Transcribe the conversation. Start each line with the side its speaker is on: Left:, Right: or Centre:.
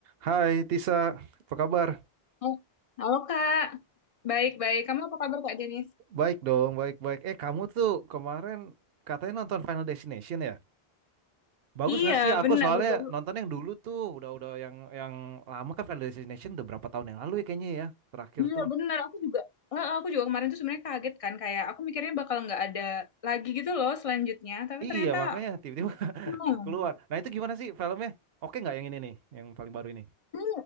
Right: Hai Tisa, apa kabar?
Left: Oh, halo Kak. Baik-baik. Kamu apa kabar Kak Denis?
Right: Baik dong, baik-baik. Eh kamu tuh kemarin katanya nonton Final Destination ya? Bagus
Left: Iya,
Right: nggak sih? Aku
Left: benar.
Right: soalnya
Left: Baru
Right: nonton yang dulu tuh, udah-udah yang yang lama kan Final Destination udah berapa tahun yang lalu ya kayaknya ya, terakhir
Left: iya,
Right: tuh.
Left: benar. Aku juga eh, aku juga kemarin tuh sebenarnya kaget kan kayak aku mikirnya bakal nggak ada lagi gitu loh selanjutnya, tapi
Right: Iya
Left: ternyata
Right: makanya tiba-tiba
Left: no.
Right: <laughs> keluar. Nah itu gimana sih filmnya? Oke nggak yang ini nih, yang paling baru ini?
Left: Ini